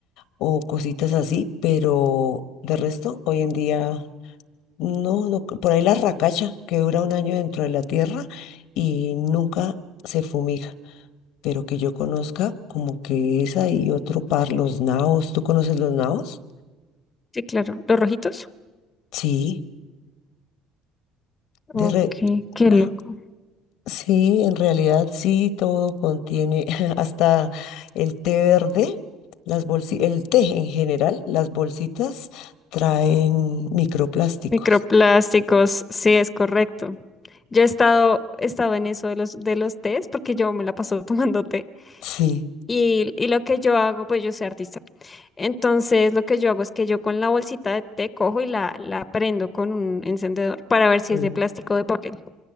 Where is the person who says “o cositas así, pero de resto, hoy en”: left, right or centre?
Left